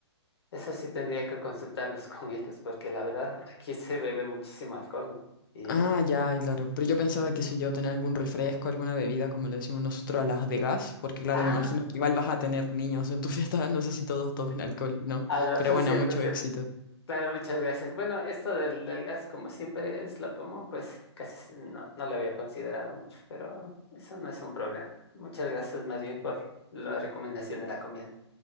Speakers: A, on the left; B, on the left.
A: eso sí tendría que consultarlos <laughs> con ellos, porque la verdad aquí se bebe muchísimo alcohol, ¿no? Y,
B: Ah, ya, claro. Pero yo pensaba, qué sé yo, tener algún refresco, alguna bebida, como le decimos nosotros a las de gas, porque claro,
A: ah,
B: me imagino que igual vas a tener niños <laughs> en tu fiesta, <laughs> no sé si todos tomen alcohol, ¿no?
A: ah, no, <laughs> es
B: Pero bueno,
A: cierto,
B: mucho
A: es cierto.
B: éxito.
A: Claro, muchas gracias. Bueno, esto del, del gas, como siempre es lo común, pues casi s- no, no lo había considerado mucho, pero eso no es un problema. Muchas gracias más bien por la recomendación de la comida.